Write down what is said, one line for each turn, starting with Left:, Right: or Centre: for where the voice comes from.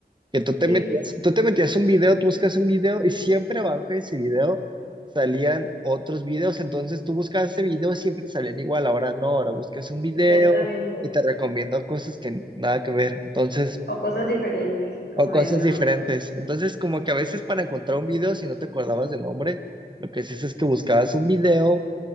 Right: Que tú te
Left: Sí,
Right: metías, tú te metías un video, tú buscas un video y siempre abajo de ese video salían otros videos. Entonces tú buscabas ese video y siempre te salían igual. Ahora no, ahora buscas un video
Left: exactamente.
Right: y te recomiendo cosas que nada que ver. Entonces,
Left: O cosas diferentes, sí, como
Right: o cosas
Left: de no,
Right: diferentes. Entonces, como que a veces para encontrar un video, si no te acordabas del nombre, lo que haces es que buscabas un video